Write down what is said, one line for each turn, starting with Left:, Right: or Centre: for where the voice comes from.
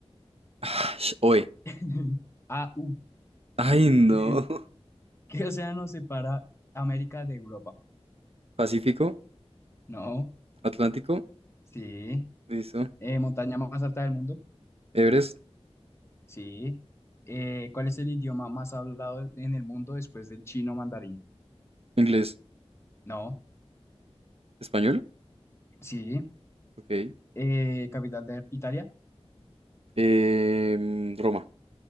Right: Ash, Oe.
Left: <laughs> AU.
Right: Ay, no.
Left: Eh,
Right: <laughs>
Left: ¿qué océano separa América de Europa?
Right: Pacífico,
Left: No,
Right: Atlántico,
Left: sí.
Right: listo.
Left: Eh, ¿montaña más alta del mundo?
Right: Everest,
Left: Sí. Eh, ¿cuál es el idioma más hablado en el mundo después del chino mandarín?
Right: inglés,
Left: No,
Right: español,
Left: sí.
Right: ok.
Left: Eh, ¿capital de Italia?
Right: Em, Roma,